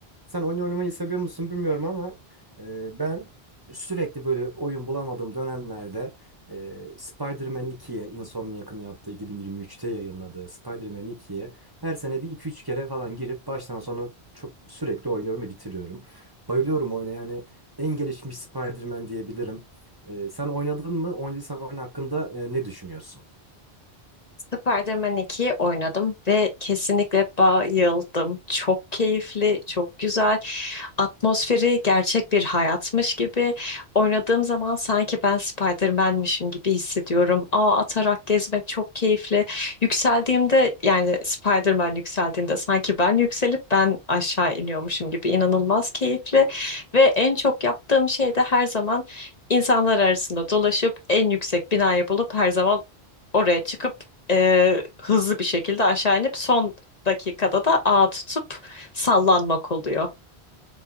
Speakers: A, on the right; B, on the left.
A: Sen oyun oynamayı seviyor musun bilmiyorum ama e, ben sürekli böyle oyun bulamadığım dönemlerde e, Spider-Man 2'ye Insomniac'ın yaptığı 2023'te yayınladığı Spider-Man 2'ye her sene bir iki üç kere falan girip baştan sona çok sürekli oynuyorum ve bitiriyorum. Bayılıyorum oyuna yani en gelişmiş Spider-Man diyebilirim. E, sen oynadın mı? Oynadıysan oyun hakkında e, ne düşünüyorsun?
B: Spider-Man 2'yi oynadım ve kesinlikle bayıldım. Çok keyifli, çok güzel. Atmosferi gerçek bir hayatmış gibi. Oynadığım zaman sanki ben Spider-Man'mişim gibi hissediyorum. Ağ atarak gezmek çok keyifli. Yükseldiğimde yani Spider-Man yükseldiğinde sanki ben yükselip ben aşağı iniyormuşum gibi inanılmaz keyifli. Ve en çok yaptığım şey de her zaman insanlar arasında dolaşıp en yüksek binayı bulup her zaman oraya çıkıp e, hızlı bir şekilde aşağı inip son dakikada da ağa tutup sallanmak oluyor.